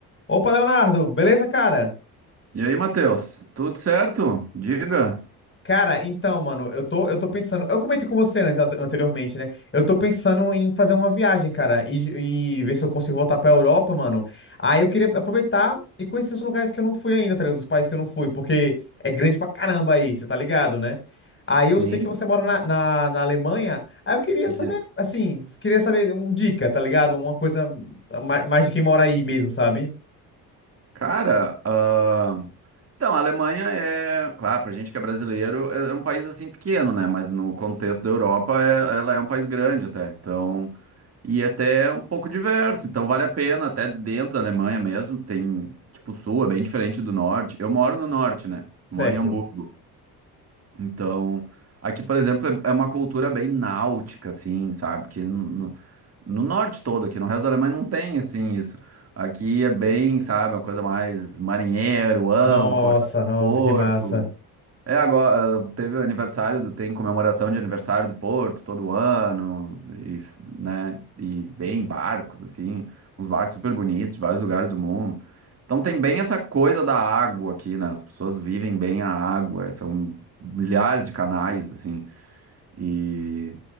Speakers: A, on the left (about 25°); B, on the right (about 30°).
A: Opa, Leonardo, beleza, cara?
B: E aí, Matheus, tudo certo? Diga.
A: Cara, então, mano, eu tô, eu tô pensando. Eu comentei com você antes, ante- anteriormente, né? Eu tô pensando em fazer uma viagem, cara, e, e ver se eu consigo voltar pra Europa, mano. Aí eu queria aproveitar e conhecer os lugares que eu não fui ainda, tá ligado? Dos países que eu não fui, porque é grande pra caramba aí, você tá ligado, né? Aí
B: Sim,
A: eu sei que você mora na, na, na Alemanha, aí eu queria
B: Isso.
A: saber, assim, queria saber uma dica, tá ligado? Uma coisa ma- mais de quem mora aí mesmo, sabe?
B: Cara, ahn, então, a Alemanha é, claro, pra gente que é brasileiro, é é um país assim pequeno, né? Mas no contexto da Europa, é- ela é um país grande até. Então, e é até um pouco diverso. Então, vale a pena, até dentro da Alemanha mesmo, tem, tipo, o sul é bem diferente do norte. Eu moro no norte, né?
A: Certo.
B: Eu moro em Hamburgo. Então, aqui, por exemplo, é é uma cultura bem náutica, assim, sabe? Que no, no- no norte todo aqui, no resto da Alemanha não tem, assim, isso. Aqui é bem, sabe, uma coisa mais marinheiro, âncora,
A: Nossa, nossa,
B: porto.
A: que massa.
B: É, agora ah, teve o aniversário do, tem comemoração de aniversário do Porto todo ano, e, f- né, e vem barcos, assim, uns barcos super bonitos de vários lugares do mundo. Então tem bem essa coisa da água aqui, né? As pessoas vivem bem a água, são milhares de canais, assim, e